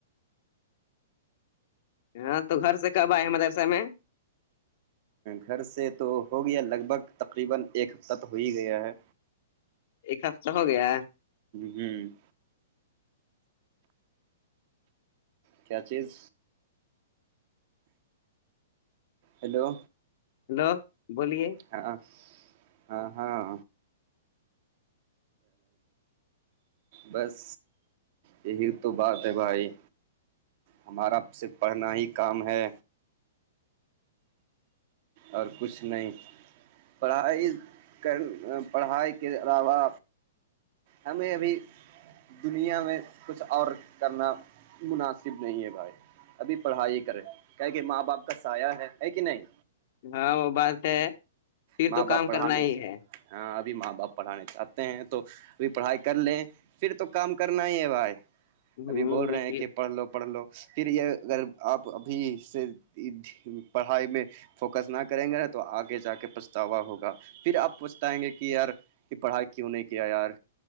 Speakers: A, on the left; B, on the right.
A: ہاں تو گھر سے کب آئے مدرسہ میں
B: گھر سے تو ہو گیا لگ بھگ تقریبا ایک ہفتہ تو ہو ہی گیا ہے
A: ایک ہفتہ ہو گیا
B: جی کیا چیز ہیلو
A: ہیلو بولیے
B: ہاں ہاں ہاں بس یہی تو بات ہے بھائی ہمارا صرف پڑھنا ہی کام ہے اور کچھ نہیں پڑھائی کر پڑھائی کے علاوہ ہمیں ابھی دنیا میں کچھ اور کرنا مناسب نہیں ہے بھائی ابھی پڑھائی کرے کیا کہ ماں باپ کا سایہ ہے ہے کہ نہیں
A: ہاں وہ بات ہے پھر
B: ماں
A: تو
B: باپ
A: کام
B: پڑھانے
A: کرنا ہی
B: سے
A: ہے
B: ہاں ابھی ماں باپ پڑھانا چاہتے ہیں تو ابھی پڑھائی کر لیں پھر تو کام کرنا ہی ہے بھائی
A: ہ
B: ابھی بول رہے ہیں
A: پھر
B: کہ پڑھ لو پڑھ لو پھر یہ اگر آپ ابھی سے پڑھائی میں فوکس نہ کریں گے نا تو آگے جا کے پچ تاا ہوگا پھر آپ پوچھتاائیں گے کہ یار یہ پڑھائی کیوں نہیں کیا یار